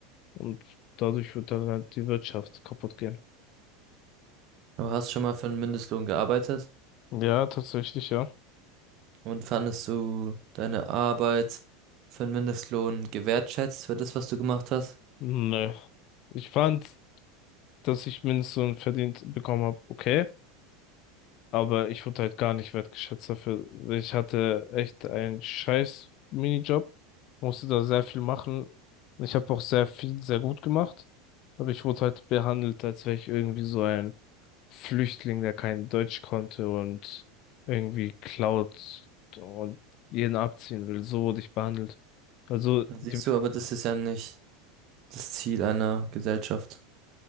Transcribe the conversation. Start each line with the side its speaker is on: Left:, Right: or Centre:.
Left: und dadurch wird dann halt die Wirtschaft kaputt gehen.
Right: Aber hast du schon mal für einen Mindestlohn gearbeitet?
Left: Ja, tatsächlich, ja.
Right: Und fandest du deine Arbeit für einen Mindestlohn gewertschätzt für das, was du gemacht hast?
Left: Nee. Ich fand dass ich Mindestlohn verdient bekommen habe, okay, aber ich wurde halt gar nicht wertgeschätzt dafür. Ich hatte echt einen scheiß Minijob, musste da sehr viel machen. Ich habe auch sehr viel, sehr gut gemacht, aber ich wurde halt behandelt, als wäre ich irgendwie so ein Flüchtling, der kein Deutsch konnte und irgendwie klaut und jeden abziehen will. So wurde ich behandelt. Also
Right: Da Siehst
Left: die
Right: du, aber das ist ja nicht das Ziel einer Gesellschaft.